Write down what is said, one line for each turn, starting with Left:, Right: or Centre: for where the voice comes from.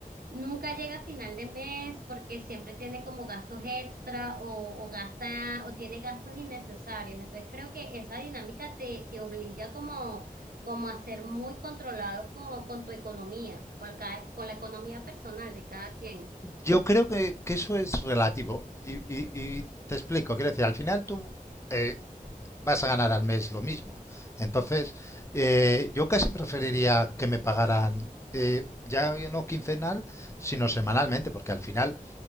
Right: nunca llega a final de mes porque siempre tiene como gastos extra o, o gasta o tiene gastos innecesarios. Entonces creo que esa dinámica te, te obliga como, como a ser muy controlado con, con tu economía, con, cada- con la economía personal de cada quien.
Left: Yo creo que, que eso es relativo. Y, y- y te explico, quiero decir, al final tú eh, vas a ganar al mes lo mismo. Entonces, eh, yo casi preferiría que me pagaran eh, ya no quincenal, sino semanalmente, porque al final